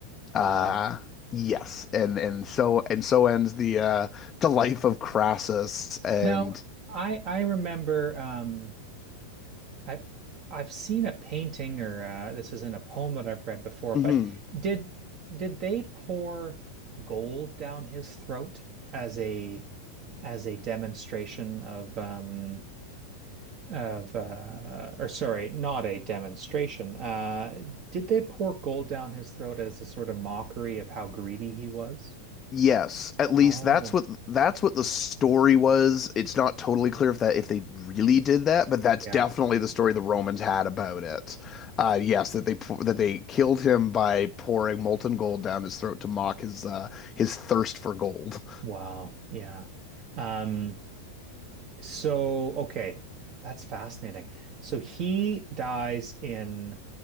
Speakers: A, on the right; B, on the left.
A: Wow.
B: Uh, yes, and and so and so ends the uh, the life of Crassus. And
A: Now, I I remember um I I've seen a painting or uh, this is in a poem that I've read before,
B: mhm.
A: but did did they pour gold down his throat as a as a demonstration of um of uh, or sorry, not a demonstration. Uh, did they pour gold down his throat as a sort of mockery of how greedy he was?
B: yes, at least
A: Oh,
B: that's what that's what the story was. It's not totally clear if that if they really did that, but that's
A: yeah.
B: definitely the story the Romans had about it. Uh, yes, that they that they killed him by pouring molten gold down his throat to mock his uh, his thirst for gold.
A: Wow. Yeah. Um, so okay, that's fascinating. So he dies in